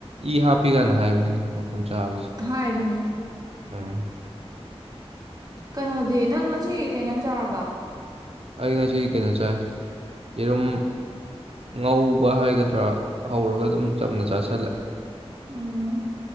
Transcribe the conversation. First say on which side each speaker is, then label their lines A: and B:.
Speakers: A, on the right; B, on the right.
A: ꯏ ꯍꯥꯞꯄꯤ ꯀꯅ ꯍꯥꯏꯕꯅꯤꯗ ꯉꯥꯄ꯭ꯔꯨꯝ ꯆꯥꯕꯁꯦ
B: ꯍꯥꯏꯕꯅꯦ
A: ꯎꯝ
B: ꯀꯩꯅꯣꯗꯤ ꯅꯪ ꯉꯁꯤ ꯀꯩꯅꯪ ꯏꯟꯁ ꯥꯡ ꯆꯥꯔꯕ
A: ꯑꯩ ꯉꯁꯤ ꯀꯩꯅꯣ ꯆꯥꯏ ꯌꯦꯔꯨꯝ ꯉꯧꯕ ꯍꯥꯏꯒꯗ꯭ꯔꯥ ꯍꯧꯔꯒ ꯑꯗꯨꯝ ꯆꯝꯅ ꯆꯥꯁꯤꯜꯂꯦ
B: ꯎꯝ